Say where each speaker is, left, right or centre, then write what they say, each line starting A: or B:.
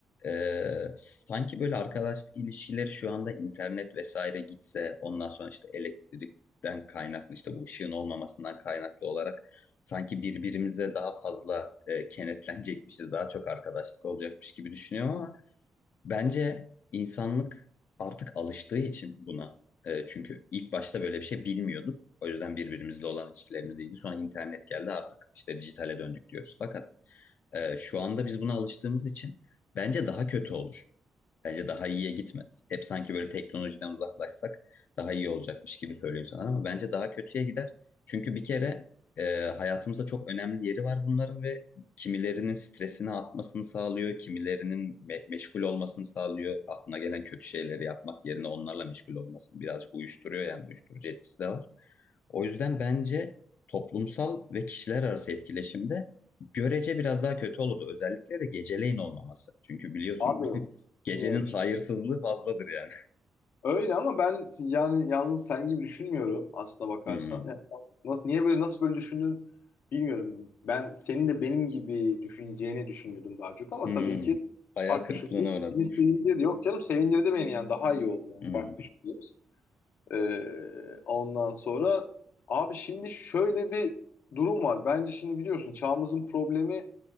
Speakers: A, on the left (about 65°); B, on the left (about 80°).
A: E, sanki böyle arkadaşlık ilişkileri şu anda internet vesaire gitse ondan sonra işte elektrikten kaynaklı işte bu ışığın olmamasından kaynaklı olarak sanki birbirimize daha fazla e, kenetlenecekmişiz, daha çok arkadaşlık olacakmış gibi düşünüyorum ama Bence insanlık artık alıştığı için buna. e, çünkü ilk başta böyle bir şey bilmiyorduk. O yüzden birbirimizle olan ilişkilerimiz iyiydi. Sonra internet geldi artık işte dijitale döndük diyoruz. Fakat e, şu anda biz buna alıştığımız için bence daha kötü olur. Bence daha iyiye gitmez. Hep sanki böyle teknolojiden uzaklaşsak daha iyi olacakmış gibi söylüyor sana ama bence daha kötüye gider. Çünkü bir kere e, hayatımızda çok önemli yeri var bunların ve kimilerinin stresini atmasını sağlıyor, kimilerinin me- meşgul olmasını sağlıyor. Aklına gelen kötü şeyleri yapmak yerine onlarla meşgul olmasını birazcık uyuşturuyor yani uyuşturucu etkisi de var. O yüzden bence toplumsal ve kişiler arası etkileşimde görece biraz daha kötü olurdu. Özellikle de geceleyin olmaması. Çünkü biliyorsun
B: Abi
A: <laughs> gecenin
B: bilmiyorum.
A: hayırsızlığı fazladır yani.
B: Öyle ama ben yani yalnız sen gibi düşünmüyorum aslına bakarsan.
A: Hmm.
B: Yani sen nasıl, niye böyle nasıl böyle düşündün bilmiyorum. Ben senin de benim gibi düşüneceğini düşünüyordum daha çok ama
A: Hmm.
B: tabii ki
A: Hayal
B: farklı
A: kırıklığına
B: düşündüm.
A: uğradım.
B: Beni sevindirdi. Yok canım sevindirdi beni yani daha iyi oldu yani
A: Hmm.
B: farklı düşündüğümüz. Ee, ondan sonra abi şimdi şöyle bir durum var. Bence şimdi biliyorsun çağımızın problemi